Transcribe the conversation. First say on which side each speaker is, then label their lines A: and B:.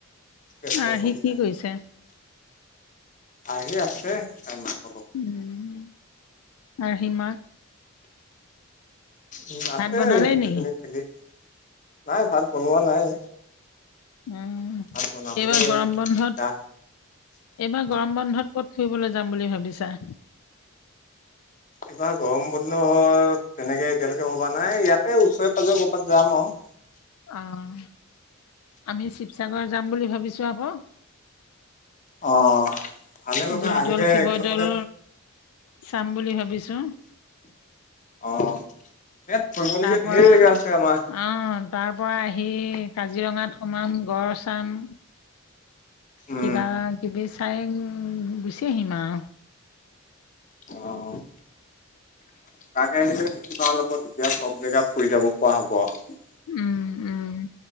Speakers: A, on the left; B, on the left.
A: গেছৰ
B: আৰ্হি
A: অসুবিধা।
B: কি কৰিছে
A: আহি আছে তাই মাক।
B: উম, <unintelligible>
A: উম, আছে
B: ভাত বনালেই নেকি
A: দুজনীয়ে খেলি নাই ভাত বনোৱা নাই।
B: উম,
A: ভাত বনাবলে
B: এইবাৰ গৰম বন্ধত
A: যা
B: এইবাৰ গৰম বন্ধত ক'ত ফুৰিবলৈ যাম বুলি ভাবিছা?
A: এইবাৰ গৰম বন্ধ তেনেকে এতিয়ালৈকে ভবা নাই ইয়াতে ওচৰে পাজৰে ক'ৰবাত যাম আৰু।
B: অ', আমি শিৱসাগৰ যাম বুলি ভাবিছো আকৌ।
A: অ'। ভালে কথা
B: জয়দৌল
A: আহিলে
B: শিৱদৌল
A: একেলগতে
B: চাম বুলি ভাবিছো।
A: অ', ইয়াত ফুৰিবলগীয়া
B: পৰা
A: ঢেৰ জেগা আছে আমাৰ।
B: অ', তাৰপৰা আহি কাজিৰঙাত সোমাম গড় চাম।
A: উম
B: কিবা কিবি চাই গুচি আহিম আৰু।
A: অ'। তাকে আহিলে বেছি ভাল হ'ব তেতিয়া চব জেগা ফুৰি যাব পৰা হ'ব আৰু।
B: উম, উম,